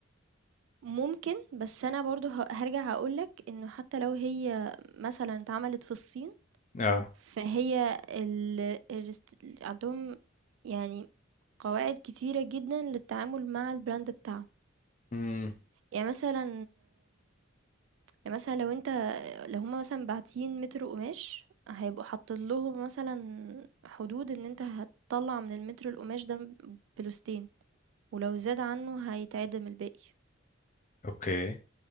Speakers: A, on the right; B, on the left.
A: ممكن، بس أنا برضه ه هارجع أقول لك إنه حتى لو هي مثلًا اتعملت في الصين،
B: اه
A: فهي ال الست عندهم يعني قواعد كتيرة جدًا للتعامل مع الbrand بتاعهم.
B: امم
A: يعني مثلًا يعني مثلا لو انت لو هما مثلا باعتين متر قماش هيبقوا حاطين لهم مثلا حدود ان انت هتطلع من المتر القماش ده بلوستين ولو زاد عنه هيتعدم الباقي
B: اوكي